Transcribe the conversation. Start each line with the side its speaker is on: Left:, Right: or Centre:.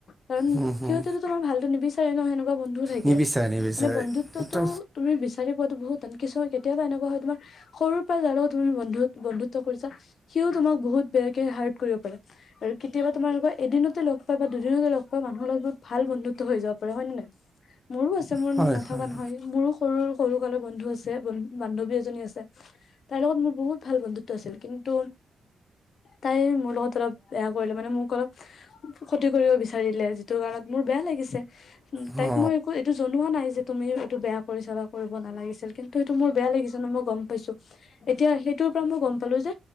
Left: কাৰণ
Centre: হুম হুম
Left: সিহঁতেতো তোমাৰ ভালটো নিবিচা তে নহ <unintelligible> বন্ধু থাকে,
Centre: নিবিচাৰে নিবিচাৰে
Left: মানে বন্ধুত্বতটো
Centre: ত'
Left: তুমি বিচাৰি পোৱাটো বহুত তান কিছুমান, কেতিয়াবা এনেকোৱা হয় তোমাৰ সৰুৰ পৰা যাৰ লগত তুমি বন্ধু-বন্ধুত্ব কৰিছা, সিও তোমাক বহুত বে কে হাৰ্ড কৰিব পাৰে। আৰু কেতিয়াবা তোমালোকৰ এদিনতে লগ পাই বা দুদিনতে লগ পাই মানুহৰ লগত বহুত ভাল বন্ধুত্ব হৈ যাব পাৰে হয় নে নাই? মোৰো আছে মোৰ
Centre: হয়
Left: নথকা
Centre: হয়
Left: নহয় মোৰো সৰু সৰু কালৰ বন্ধু আছে, বন-বান্ধৱী এজনী আছে তাই লগত মোৰ বহুত ভাল বন্ধুত্ব আছিল কিন্তু তাই মোৰ লগত অলপ বেয়া কৰিলে, মানে মোক অলপ ক্ষতি কৰিব বিচাৰিলে, যিটো কাৰণত মোৰ বেয়া লাগিছে। উ
Centre: অ
Left: তাইক মই একো এইটো জনোৱা নাই যে তুমি এইটো বেয়া কৰিছা বা কৰিব নালাগিছিল। কিন্তু হেটো মোৰ বেয়া লাগিছে ন মই গম পাইছো। এতিয়া সেইত তো পৰা মই গম পালো যে